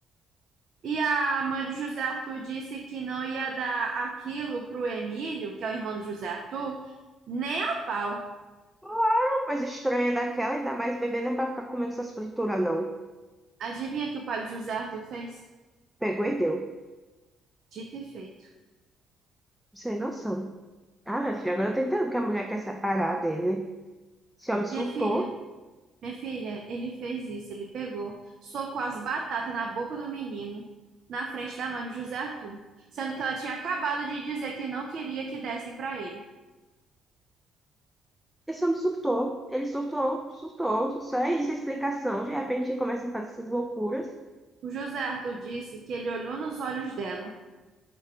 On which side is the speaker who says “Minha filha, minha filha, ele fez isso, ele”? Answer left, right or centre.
Right